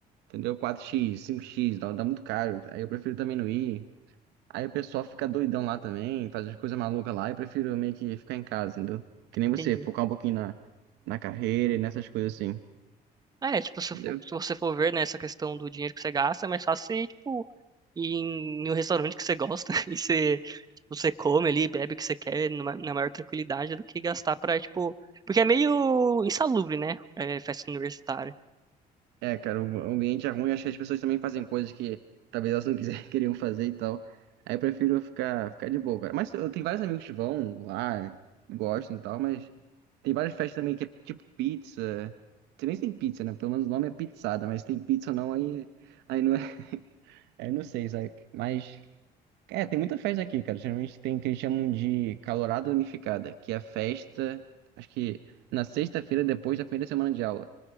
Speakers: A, on the right; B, on the right.
A: Entendeu? Quatro x cinco x dá, dá muito caro. Aí eu prefiro também não ir. Aí o pessoal fica doidão lá também, faz as coisas malucas lá. Eu prefiro meio que ficar em casa, entendeu? Que nem
B: Entendi.
A: você, focar um pouquinho na, na carreira e nessas coisas assim,
B: É, tipo, se,
A: entendeu?
B: for- se você for ver, né, essa questão do dinheiro que você gasta, é mais fácil você, tipo, ir em, em um restaurante que você gosta <laughs> e você, tipo, você come ali, bebe o que você quer numa- na maior tranquilidade do que gastar pra, tipo... Porque é meio insalubre, né, é, festa universitária.
A: É, cara, o o ambiente é ruim, acho que as pessoas também fazem coisas que talvez elas não quiserem, <laughs> queriam fazer e tal. Aí eu prefiro ficar, ficar de boa, cara. Mas eu tenho vários amigos que vão lá, gostam e tal, mas tem várias festas também que é tipo pizza. Você nem tem pizza, né? Pelo menos o nome é pizzada, mas tem pizza ou não, aí, aí não é. <laughs> Aí não sei, sabe? Mas. É, tem muita festa aqui, cara. Geralmente tem o que eles chamam de calorada unificada, que é a festa, acho que na sexta-feira depois da primeira semana de aula.